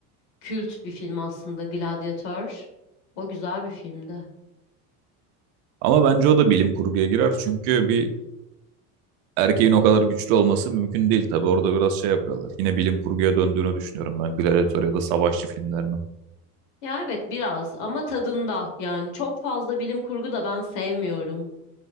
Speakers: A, on the left; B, on the right.
A: kült bir film aslında Gladyatör. O güzel bir filmdi.
B: Ama bence o da bilim kurguya girer çünkü bir erkeğin o kadar güçlü olması mümkün değil tabii. Orada biraz şey yapıyorlar. Yine bilim kurguya döndüğünü düşünüyorum ben Gladiator ya da savaşçı filmlerinin.
A: Ya evet biraz ama tadında yani çok fazla bilim kurgu da ben sevmiyorum.